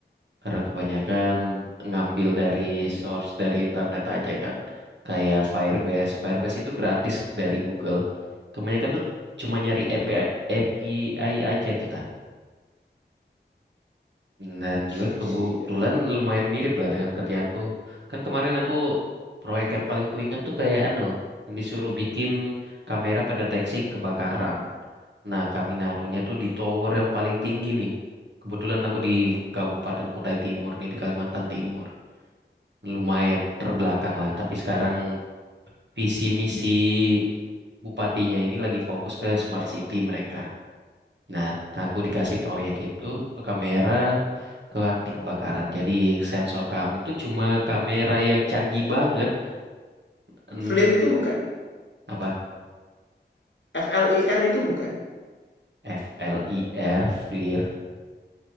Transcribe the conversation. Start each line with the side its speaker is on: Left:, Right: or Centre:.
Right: Karena kebanyakan ngambil dari source dari internet aja kan. Kayak Firebase. Firebase itu gratis dari Google. Kebanyakan tuh cuma nyari API, API aja kita. Dan juga
Left: Si
Right: kebetulan
Left: si eee,
Right: lumayan mirip lah dengan kerjaanku. Kan kemarin aku proyek yang paling kuinget tuh kayak anu, yang disuruh bikin kamera pendeteksi kebakaran. Nah, kami naruhnya tuh di tower yang paling tinggi nih. Kebetulan aku di Kabupaten Kutai Timur nih, di Kalimantan Timur lumayan terbelakang lah. Tapi sekarang visi misi bupatinya ini lagi fokus ke smart
Left: oh,
Right: city mereka. Nah, aku dikasih proyek itu untuk kamera ke anti kebakaran. Jadi sensor kami itu cuma kamera yang canggih banget. Hmm,
Left: FLIR itu bukan?
Right: apa?
Left: FLIR itu bukan?
Right: FLIR, FLIR.